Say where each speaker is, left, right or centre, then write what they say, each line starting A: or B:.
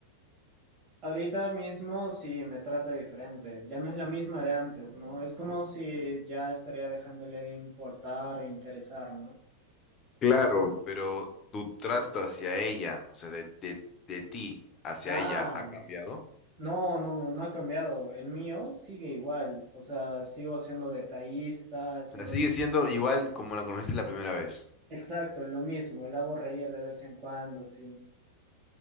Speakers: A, on the right; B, on the left.
A: Ahorita mismo sí me trata diferente, ya no es la misma de antes, ¿no? Es como si ya estaría dejándole de importar o interesar, ¿no?
B: Claro, pero tu trato hacia ella, o sea, de, de, de ti hacia
A: Ah,
B: ella, ¿ha cambiado?
A: no, no, no, no ha cambiado. El mío sigue igual, o sea, sigo siendo detallista, siendo...
B: O sea, sigue siendo igual como la conociste la primera vez.
A: Exacto, lo mismo, lo hago reír de vez en cuando, sí.